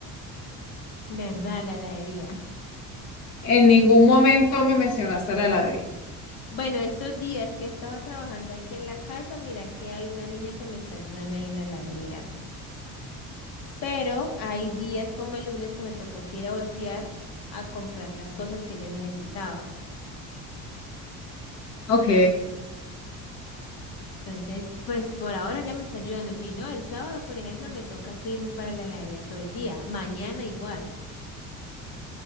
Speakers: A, on the left (about 65°); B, on the left (about 45°).
A: ¿Verdad, la heladería?
B: En ningún momento me mencionaste la heladería.
A: Bueno, estos días que estaba trabajando aquí en la casa, mira que hay una niña que me está ayudando ahí en la heladería. Pero hay días como el lunes que me tocó que ir a voltear a comprar las cosas que ella necesitaba.
B: Ok,
A: Entonces, pues por ahora ya me está ayudando. Si no, el sábado, por ejemplo, me toca que irme para la heladería todo el día. Mañana igual.